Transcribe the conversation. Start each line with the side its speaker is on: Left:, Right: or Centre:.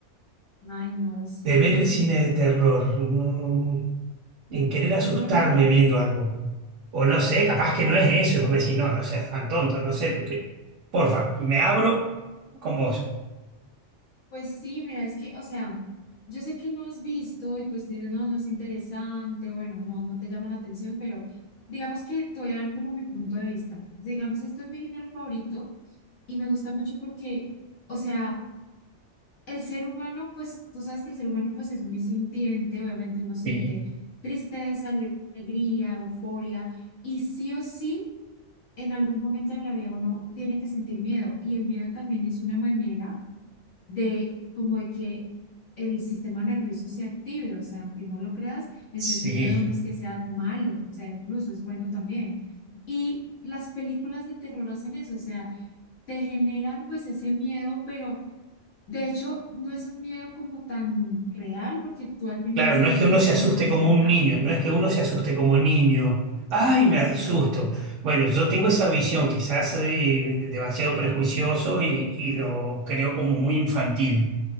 Left: Ay, no, sí,
Right: de ver
Left: pero
Right: el
Left: es
Right: cine
Left: que
Right: de terror, no- en querer asustarme
Left: tú no lees
Right: viendo algo. O no sé, capaz que no es eso, y vos me decís, no, no seas tan tonto, no sé. porque- Porfa, me abro con vos.
Left: Pues sí, mira, es que, o sea, yo sé que no has visto y pues te dices, no, no es interesante, bueno, no, no te llama la atención, pero digamos que te voy a dar como mi punto de vista. Digamos, este es mi género favorito y me gusta mucho porque, o sea, el ser humano, pues tú sabes que el ser humano pues es muy sintiente, obviamente uno siente
Right: Sí.
Left: tristeza, ale- alegría, euforia y sí o sí, en algún momento de la vida uno tiene que sentir miedo y el miedo también es una manera de como de que el sistema nervioso se active, o sea, aunque no lo creas, el
Right: Sí,
Left: sentir miedo no es que sea malo, o sea, incluso es bueno también. Y las películas de terror hacen eso, o sea, te generan pues ese miedo, pero de hecho no es un miedo como tan real porque tú al final
Right: claro,
Left: sabes
Right: no es que
Left: que
Right: uno
Left: eso
Right: se asuste
Left: no es
Right: como
Left: verdad.
Right: un niño, no es que uno se asuste como niño. Ay,
Left: Eso.
Right: me asusto. Bueno, yo tengo esa visión, quizás soy eh, demasiado prejuicioso y, y lo creo como muy infantil.